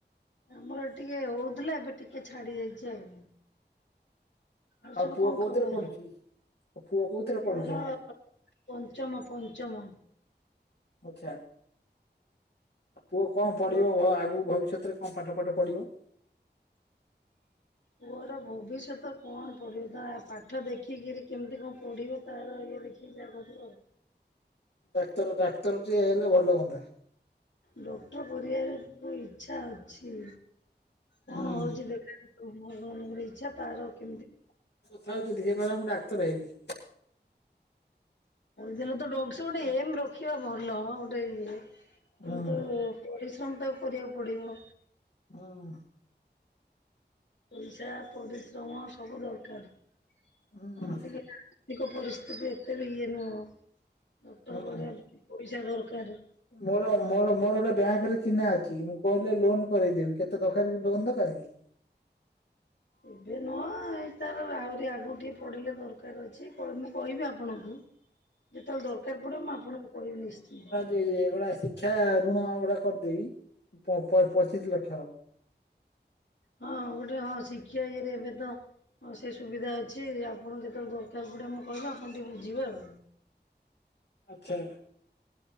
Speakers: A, on the left; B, on the left.
A: ଆମର ଟିକେ ହଉଥିଲା ଏବେ ଟିକେ ଛାଡି ଦେଇାଇଛି ଆଉ। ଆଉ ସବୁ
B: ପୁଅ
A: କଣ
B: କୋଉଥିରେ
A: ଖବର
B: ପଢୁଛି? ପୁଅ କୋଉଥିରେ
A: ପର।
B: ପଢୁଛି ଏଇନା?
A: ପଞ୍ଚମ ପଞ୍ଚମ।
B: ଆଛା ଆ ପୁଅ କଣ
A: ପୁଅ
B: ପଡିବ ଆଗକୁ ଭବିଷ୍ୟତରେ କ ପାଠ ପାଠ ପଢ଼ିବ।
A: ପୁଅର ଭବିଷ୍ୟତ କଣ ପଢିବ ତ ପାଠ ଦେଖିକିରି କେମିତି କଣ ପଢ଼ିବ? ତାର ଇଏ ଦେଖିକି ଯାହା କରିବୁ ଆଉ।
B: ଡାକ୍ତର ଡାକ୍ତର ଟିଏ ହେଲେ ଭଲ ହୁଅନ୍ତା।
A: ଡକ୍ଟର କରିବାର ଇଚ୍ଛା ଅଛି। କଣ
B: ହୁଁ
A: ହଉଛି ଦେଖା ଭଗବାନଙ୍କର ଇଚ୍ଛା ତାର କେମିତି।
B: କଥାଉିିଲ ମୁଁ ଡାତର ହେବି।
A: ଲେ ତ ଡଙ୍କସ ଗୋଟେ ଏମ ରଖିବା ଭଲ ଗୋଟେ ଇଏ
B: ହୁଁ
A: କିନ୍ତୁ ପରିଶ୍ରମ ତ କରିବାକୁ ପଡ଼ିବ।
B: ହଁ
A: ପଇସା ପରିଶ୍ରମ ସବୁ ଦରକାର
B: ହୁଁ
A: ଆମର ଟିକେ। ଆର୍ଥିକ ପରିସ୍ଥିତି ଏତେ ଇଏ ନୁହଁ ଡକ୍ଟର
B: ହୁଁ।
A: କ ପଇସା ଦରକାର।
B: ମୋର ମୋର ମୋର ଗୋଟେ ବ୍ୟାଙ୍କ ରେ ଚିହ୍ନା ଅଛି ମୁଁ କହିଲେ ଲୋନ କରାଇଦେବି କେତେ ଦରକାର ଲୋନ ଦରକାର କି।
A: ଏବେ ନୁହ ଏଇ ତାର ଆହୁରି ଆଗକୁ ଟିକଏ ପଡ଼ିଲେ ଦରକାର ଅଛି ମୁଁ କହିବି ଆପଣଙ୍କୁ। ଯେତେବେଳେ ଦରକାର ପଡିବ ମୁଁ ଆପଣଙ୍କୁ କହିବି ନିଶ୍ଚିନ୍ତ।
B: <unintelligible> ଶିକକ୍ଷା ଋଣ ଗୁଡା କରିଦେଇବି ପପଚିଶ ଲକ୍ଷର
A: ହଁ ଗୋଟେ ହଁ ଶିକ୍ଷା ଇଏରେ ଏବେ ତ ହଁ ସେ ସୁବିଧା ଅଛି ଆପଣଙ୍କୁ ଯେତେବେଳେ ଦରକାର ପଡ଼ିବ ମୁଁ କହିବି ଆପଣ ଟିକିେ ବୁ ଯିବାେ ଆଉ।
B: ଆଛା।